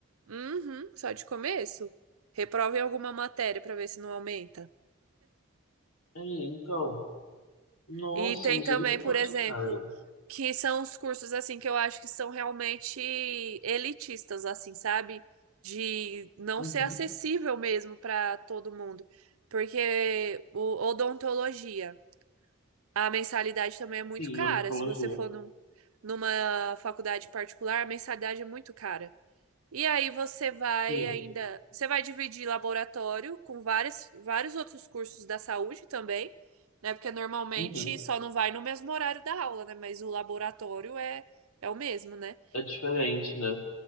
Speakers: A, on the right (about 80°); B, on the left (about 85°).
A: uhum, só de começo. Reprova em alguma matéria para ver se não aumenta.
B: É, então. Nossa,
A: E tem
B: misericórdia,
A: também, por exemplo,
B: cara.
A: que são os cursos assim que eu acho que são realmente elitistas, assim, sabe? De não
B: Uhum.
A: ser acessível mesmo para todo mundo. Porque o odontologia, a mensalidade também é muito
B: Sim,
A: cara.
B: oncologia.
A: Se você for num, numa faculdade particular, a mensalidade é muito cara. E aí você vai
B: Sim.
A: ainda, você vai dividir laboratório com vários, vários outros cursos da saúde também, né? Porque normalmente
B: Uhum.
A: só não vai no mesmo horário da aula, né? Mas o laboratório é, é o mesmo, né?
B: É diferente, né?